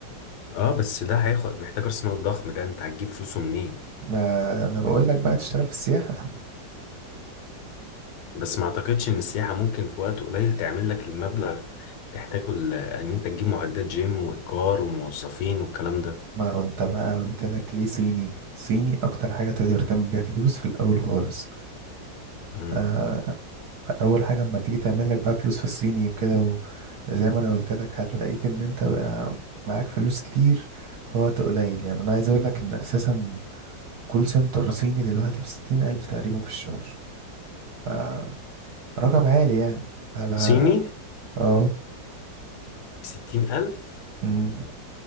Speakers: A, on the left; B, on the right.
A: اه بس ده هياخد محتاج راس مال ضخم ده انت هتجيب فلوسه منين
B: ما انا بقول لك بقى تشتغل في السياحه <laughs>
A: بس ما اعتقدش ان السياحة ممكن في وقت قليل تعمل لك المبلغ تحتاجه ل- ان انت تجيب معدات جيم وايجار وموظفين والكلام ده
B: ما هو انت بقى قلت لك ليه صيني صيني اكتر حاجه تقدر تعمل بيها فلوس في الاول خالص
A: مم.
B: آه فاول حاجه اما تيجي تعمل لك بقى فلوس في الصيني وكده وزي ما انا قلت لك هتلاقيك ان انت بقى معاك فلوس كتير في وقت قليل يعني انا عايز اقول لك ان اساسا كول سنتر صيني دلوقتي بستين الف تقريبا في الشهر آه، رقم عالي يعني على
A: صيني
B: اه
A: بستين الف
B: أمم.